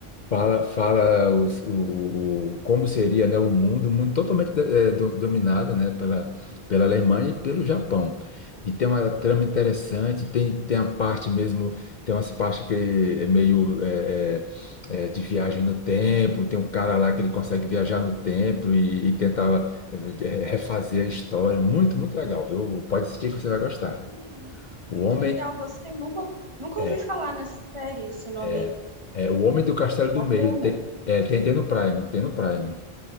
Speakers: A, on the left; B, on the right.
A: Fala, fala os- o, o, o- como seria, né, o mundo, um mundo totalmente eh, do- dominado, né, pela, pela Alemanha e pelo Japão. E tem uma trama interessante, tem, tem a parte mesmo, tem umas partes que é meio eh, eh, eh, de viagem no tempo, tem um cara lá que ele consegue viajar no tempo e, e tentava eh, eh, refazer a história. Muito, muito legal, viu? Pode assistir que você vai gostar.
B: Nossa,
A: O Homem
B: que legal, gostei. Nunca, nunca
A: é,
B: ouvi falar nessa série, esse nome
A: é,
B: aí.
A: é O Homem do Castelo do
B: Bacana.
A: Meio, tem, é, tem, tem no Prime, tem no Prime.